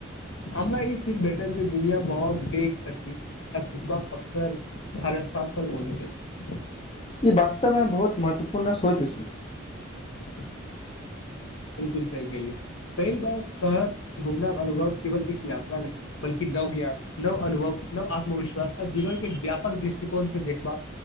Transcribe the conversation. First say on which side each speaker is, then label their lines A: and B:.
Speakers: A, on the left; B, on the left.
A: हमरा ई सीख भेटल जे दुनिया बहुत पैघ अछि आ सीख अवसर ह स्थान तक पर बहुत
B: ई वास्तव में बहुत महत्वपूर्ण सोच छै
A: <inaudible> बिलकुल सही केलिय पहिल बार शहर घुमना अनुभव केवल एक यात्रा नहि बल्कि नव ज्ञान नौ अनुभव नौ आत्मविश्वास आ जीवन के व्यापक दृष्टिकोण से देखभ